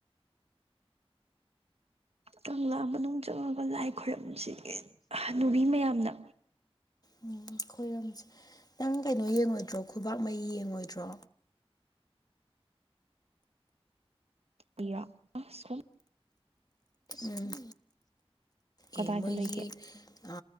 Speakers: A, on the right; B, on the left.
A: ꯀꯪꯂꯥ ꯃꯅꯨꯡ ꯆꯪꯉꯥꯒ ꯂꯥꯏ ꯈꯣꯏꯔꯝꯁꯤꯗꯤꯠ ꯍꯟꯅꯨꯕꯤ ꯃꯌꯥꯝꯅ
B: ꯎꯝ ꯈꯣꯏꯔꯝꯁꯦ ꯅꯪ ꯀꯩꯅꯣ ꯌꯦꯡꯉꯣꯏꯗ꯭ꯔꯣ ꯈꯨꯕꯥꯛ ꯃꯩꯌꯤ ꯌꯦꯡꯉꯣꯏꯗ꯭ꯔꯣ
A: <unintelligible>
B: ꯎꯝ
A: ꯀꯗꯥꯏꯗ
B: ꯑꯦ ꯃꯣꯏꯒꯤ
A: ꯂꯩꯒꯦ
B: ꯑ